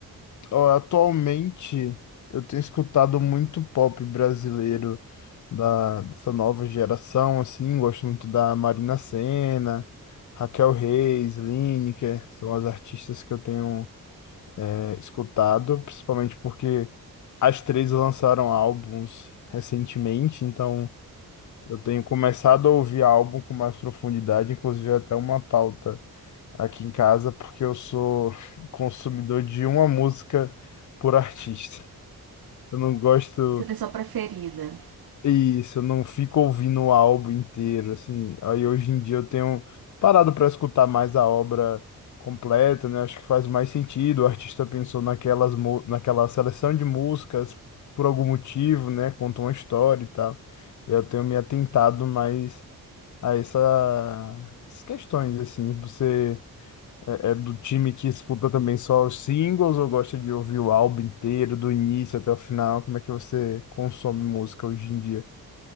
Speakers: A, on the left; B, on the right.
A: Ó, Atualmente eu tenho escutado muito pop brasileiro da, dessa nova geração, assim, gosto muito da Marina Sena, Raquel Reis, Lineker, são as artistas que eu tenho é, escutado, principalmente porque as três lançaram álbuns recentemente, então eu tenho começado a ouvir álbum com mais profundidade, inclusive até uma pauta aqui em casa, porque eu sou <laughs> consumidor de uma música por artista. Eu não gosto
B: Você tem sua preferida?
A: É isso, eu não fico ouvindo o álbum inteiro, assim. Aí hoje em dia eu tenho parado para escutar mais a obra completa, né? Acho que faz mais sentido. O artista pensou naquelas, mu- naquela seleção de músicas por algum motivo, né? Conta uma história e tal. Eu tenho me atentado mais a essa, essas questões, assim. Você é, é do time que escuta também só os singles ou gosta de ouvir o álbum inteiro, do início até o final? Como é que você consome música hoje em dia?